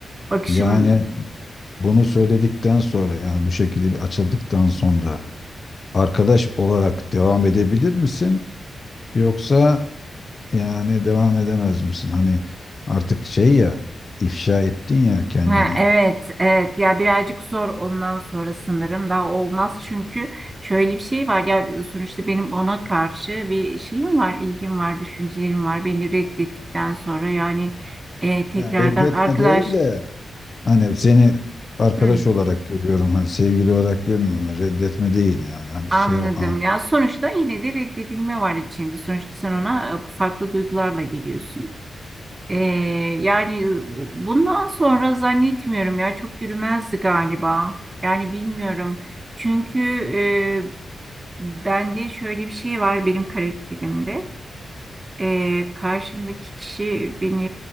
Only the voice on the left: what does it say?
yani Bunu söyledikten sonra yani bu şekilde bir açıldıktan sonra arkadaş olarak devam edebilir misin? Yoksa yani devam edemez misin? Hani artık şey ya ifşa ettin ya kendini.
Yani reddetme
değil de hani seni arkadaş
olarak görüyorum hani sevgili olarak görmüyorum reddetme değil yani hani
şey o an-